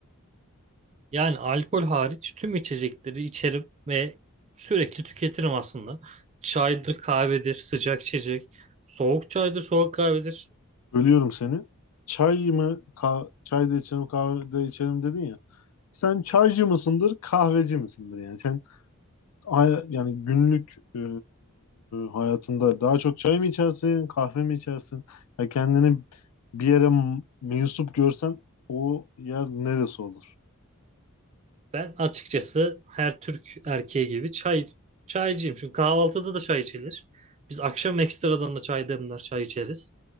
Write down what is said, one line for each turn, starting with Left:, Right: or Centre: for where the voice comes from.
Right: Yani alkol hariç tüm içecekleri içerim ve sürekli tüketirim aslında. Çaydır, kahvedir, sıcak içecek, soğuk çaydır, soğuk kahvedir.
Left: Bölüyorum seni. Çay mı? Ka çay da içerim, kahve de içerim dedin ya. Sen çaycı mısındır, kahveci misindir yani? ay- yani günlük e, hayatında daha çok çay mı içersin, kahve mi içersin? Ya kendini bir yere m- mensup görsen o yer neresi olur?
Right: Ben açıkçası her Türk erkeği gibi çay çaycıyım. Çünkü kahvaltıda da çay içilir. Biz akşam ekstradan da çay demler, çay içeriz.